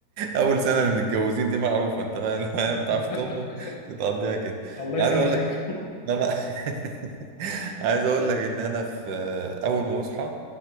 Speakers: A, on the right (about 75°); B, on the left (about 20°).
A: اول سنه اللي متجوزين دي معروفه انت فاهم <laughs> لو هي ما بتعرفش
B: <laughs>
A: تطبخ بتقضيها كده
B: الله
A: انا
B: يسامحك
A: عايز اقول لك إن انا <laughs> عايز اقول لك ان انا في اول ما بصحى